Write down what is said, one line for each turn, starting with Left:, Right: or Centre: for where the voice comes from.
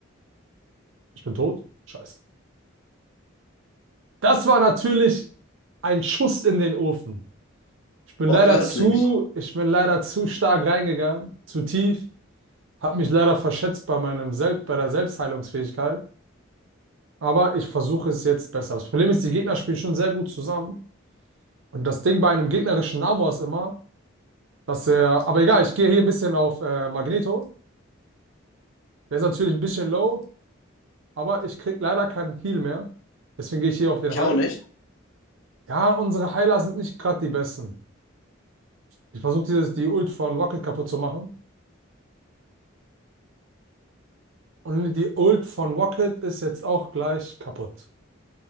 Right: Ich bin tot. Scheiße. Das war natürlich ein Schuss in den Ofen. Ich bin
Left: Wortwörtlich.
Right: leider zu, ich bin leider zu stark reingegangen, zu tief. Hab mich leider verschätzt bei meinem Sel bei der Selbstheilungsfähigkeit, aber ich versuche es jetzt besser. Das Problem ist, die Gegner spielen schon sehr gut zusammen. Und das Ding bei einem gegnerischen Namor ist immer, dass er, aber egal, ich gehe hier ein bisschen auf äh, Magneto. Der ist natürlich ein bisschen low, aber ich krieg leider keinen Heal mehr. Deswegen gehe ich hier auf den
Left: Ich
Right: Hulk.
Left: auch nicht.
Right: Ja, unsere Heiler sind nicht gerade die besten. Ich versuche dieses die Ult von Rocket kaputt zu machen. Und die Ult von Rocket ist jetzt auch gleich kaputt.